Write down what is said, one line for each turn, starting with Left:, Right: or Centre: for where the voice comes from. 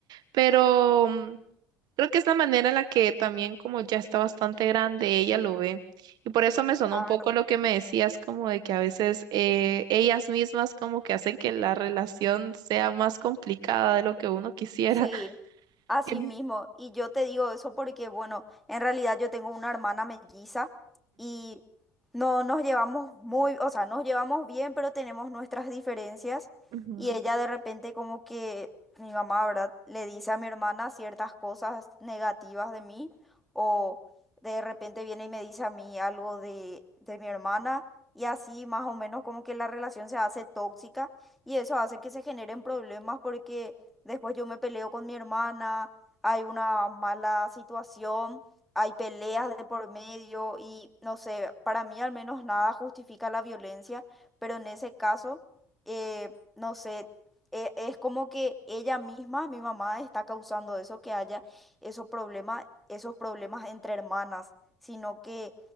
Right: Pero... mm, Creo que es la manera en la que también como ya está bastante grande, ella lo ve. Y por eso me sonó
Centre: Claro.
Right: un poco lo que me decías, como de que a veces eh, ellas mismas como que hacen que la relación sea más complicada de lo que uno quisiera.
Centre: Sí,
Right: <laughs>
Centre: así
Right: Em,
Centre: mismo. Y yo te digo eso porque, bueno, en realidad yo tengo una hermana melliza y no nos llevamos muy, o sea, nos llevamos bien, pero tenemos nuestras diferencias.
Right: ujú,
Centre: Y ella de repente como que mi mamá, ¿verdad? Le dice a mi hermana ciertas cosas negativas de mí o de repente viene y me dice a mí algo de, de mi hermana. Y así más o menos como que la relación se hace tóxica y eso hace que se generen problemas porque después yo me peleo con mi hermana, hay una mala situación, hay peleas de por medio y no sé, para mí al menos nada justifica la violencia, pero en ese caso, eh, no sé, e- es como que ella misma, mi mamá, está causando eso, que haya esos problemas, esos problemas entre hermanas, sino que